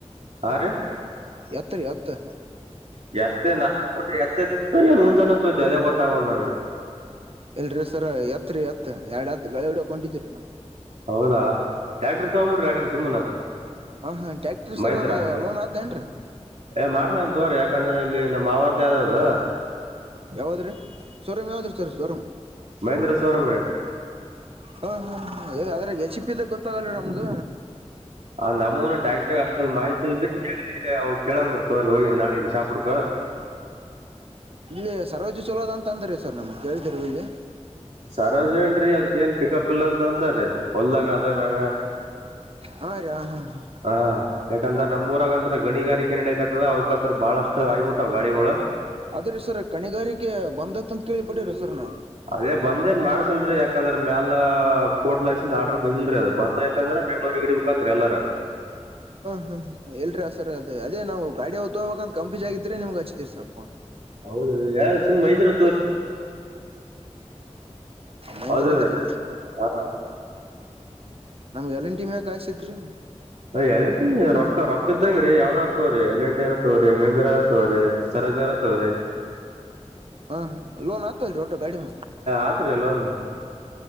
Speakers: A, on the right; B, on the right.
A: ಹಂ
B: ಎತ್ರಿ ಎತ್
A: ಜ <unintelligible> ಅದೇ ಗೊತ್ತಾಗಗೊಲ್ದು ನಂಗೆ
B: ಎಲ್ರೀ ಸರ ಎತ್ರಿ ಎತ್ ಎರಡತ್ ಗಳಡಕೊಂಡಿದೀರಿ ನಾವವು
A: ಹೌದಾ ಟ್ಯಾಕ್ಟ್ರ ತಗೊಂಡ್ ಬಿಿಡ್ರಿ ಯಕಡೆ ಸುಮ್ಮನ
B: ಹಾ ಹಾ ಟ್ಯಾಕ್ಟ್ರಿ
A: ಮಹಂದ್ರ
B: ಸರ್ ಅದ ಲೋನ್ ಆತೇನ್ರೀ
A: ಏ ಮಾಡ್ಸ ತೋ್ರಿ ಯಾಕಂದ್ರ ಇಲ್ಲಿ ನಮ್ಮ್ ಅವರ್ದ ಆದ. ಅ. <unintelligible>
B: ಯಾವಾದ್ರೀ ಸ್ವರೂಂ ಯಾವದ್ರೀ ಸರ್ ಸ್ವರೂಂ
A: ಮಹೇಂದ್ರ ಶೋರೂಮ್ ರೀ
B: ಹ ಹ ಅದ್ರೆ ಎಚ್ಿ ಪಿದಾಗ ಗೊತ್ತಾಗಲ್ಲ ನಮ್ಗ
A: ಆ ನಮ್ಮೂನು ಡೈಕ್ಟ ಅಷ್ಟ ಒಂದ್ ಮಾಹ್ತಿ ಇಲ್ರಿ ಅವ ಕೇಳಂದ್ ಬರ್ತವ್ರೀ ಹೋಗಿ ನಾಳಗ್ ಶಾಪಡ್ಕ
B: ಇಲ್ಲಿ ಸರ್ವೋಜ ಸೋಲಾದ ಅಂತ ಅಂದ್ರ ಸರ್ ನಮ್ಗೆ ಕೇಳಿದಿರ ಇಲ್ಲಿ
A: ಸರೋಜ್ ಏನ್್ರೀ ಅದ್ಕ ಏನ್ ಪಿಕಪ್ ಇಲ್ಲಾ ಅಂತ ಅಂತಾರೀ ಹೊಲ್ದಾಗ ಅದರಾಗ
B: ಹಾ ಹಾ ಹ
A: ಹಾ ಯಾಕಂದ್ರ ನಮ್ಮ್ೂರಗಂ ಗಣಿಗಾರಿಕೆ ನಡಕ್ತದ ಅವ್ಕಂತ್ರ ಬಹಳಷ್ಟು ಆಗಗ್ಬಿಟ್ಟ್ ಗಾಡಿಗಳು
B: ಅದ್ರೀ ಸರ್ ಕಣಿಗಾರಿಕೆ ಬಂದತ್ ಅಂತ ಕೇಳಳ್ಪಟ್ಟಿರ ಸರ್ ನಾು
A: ಅದೇ ಬಂದೇನ್ ಮಾಡ್ಸಲ್ರಿ ಯಾಕದ್ರ ಮ್ಯಾಲ ಕೋಟ್ ಲಕ್ಷ ಆಡರ್ ಬಂದಿಲ್ರಿ ಅದು ಬಂದಾಯ್ತದ್ರೆ ಎಲ್ಲರ ಇಿಡಿಬೇಕತ್ರಿ ಎಲ್ಲರ.
B: ಹ್ಮ್ ಹ್ಮ್ ಎಲ್ರಿ ಆ ಸರ್ ಅದ ಅದೇ ನಾವು ಗಾಡಿ ಹೊ್ತ ಹೋಗಬೇಕ ಅಂತ ಕಂಪಿಜ ಆಗಿದ್ರರಿ ನಿಮ್ಗ್ ಹಚ್ಚಿದೀರಿ ಸಾಕಪೋನ್
A: ಹೌದ ರೀ ಯ ಸುಮ್ಮ್ ಮೈಂದ್ರ.
B: ಮಹೇಂದ್ರ
A: ಹೌದೀ
B: ಅಂದ್ರಿ
A: ಹಾ
B: ನಮ್ಗೆ ಎಲ್ಲಿನ್ಟಿ ಮ್ಯಾ ಕಾಯಸತ್ರಿ
A: ಅ ಎಲೆಂಟಿ ರೊಕ್ಕ ರೊಕ್ಕ ಇದ್ದಂಗ ರೀ ಯಾವ್ದಾರ ತೋ್ರಿ ಎಲೆಂಿರ ತೋವ್ರರಿ ಮಹಂದ್ರಾರ ತೋ್ರಿ ಸರಜಾರ ತೋ್ರಿ
B: ಹಾ ಹ ಲೋನ್ ಆತ <inaudible> ಟೋ ಗಾಡಿ ಮ
A: ಆತ್ರಿ ಲೋನ್